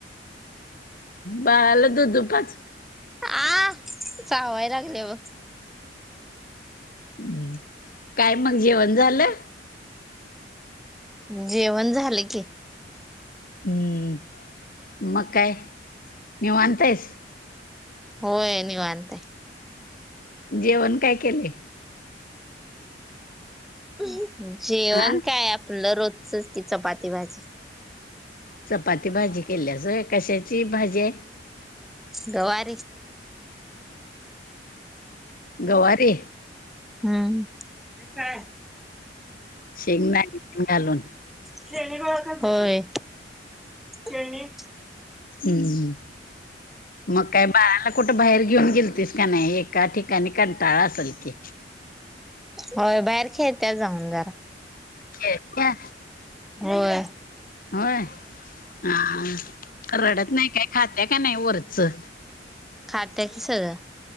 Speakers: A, on the left; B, in the centre.
A: बाळाला दूधू पाज.
B: आ चावायला लागलं बग.
A: हम्म काय मग जेवण झालं?
B: जेवण झालं की.
A: हम्म मग काय निवांत येस -
B: होय नाही निवांत
A: जेवण काय केले?
B: जेवण
A: हा
B: काय आप- तुलं रोजच की चपाती भाजी.
A: चपाती भाजी केली सो कश्याची भाजी.
B: गवारी
A: गवारी
B: हम्म काय?
A: शेंग नाय, <unintelligible> घालून.
B: खेळणी गोळा कर, होय खेळणी.
A: हम्म हम्म मग काय बाळा कुठं बाहेर घेऊन गेलतीस का नाही, एका ठिकाणी कंटाळा असल की?
B: होय बाहेर खेळत जाऊन जरा
A: खेळत्या
B: होय.
A: होय हा, रडत नाही काय? खाते का नाही वरचं
B: खाते की सगळं.